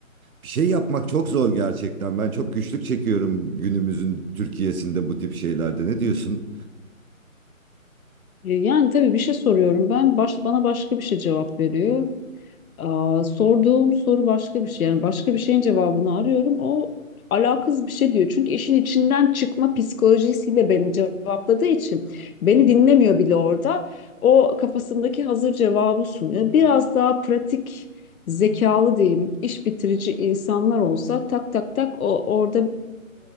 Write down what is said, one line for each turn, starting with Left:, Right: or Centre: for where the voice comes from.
Right: bir şey yapmak çok zor gerçekten. Ben çok güçlük çekiyorum günümüzün Türkiye'sinde bu tip şeylerde. Ne diyorsun?
Left: yani tabii bir şey soruyorum ben baş, bana başka bir şey cevap veriyor. Aa, sorduğum soru başka bir şey. Yani başka bir şeyin cevabını arıyorum. O alakasız bir şey diyor. Çünkü işin içinden çıkma psikolojisiyle beni cevapladığı için beni dinlemiyor bile orada. O kafasındaki hazır cevabı sunuyor. Biraz daha pratik, zekalı diyeyim, iş bitirici insanlar olsa tak tak tak o orada